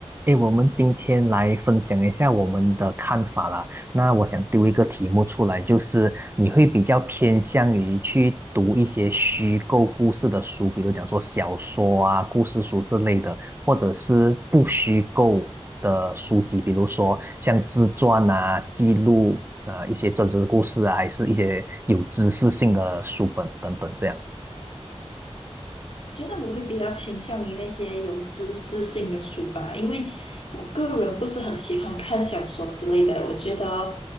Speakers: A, on the right; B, on the left.
A: 诶，我们今天来分享一下我们的看法啦。那我想丢一个题目出来，就是你会比较偏向于去读一些虚构故事的书，比如讲说小说啊、故事书之类的，或者是不虚构的书籍，比如说像自传啊、记录呃一些真实的故事啊，还是一些有知识性的书本等等这样。
B: 我觉得我会比较倾向于那些有知识性的书吧，因为我个人不是很喜欢看小说之类的，我觉得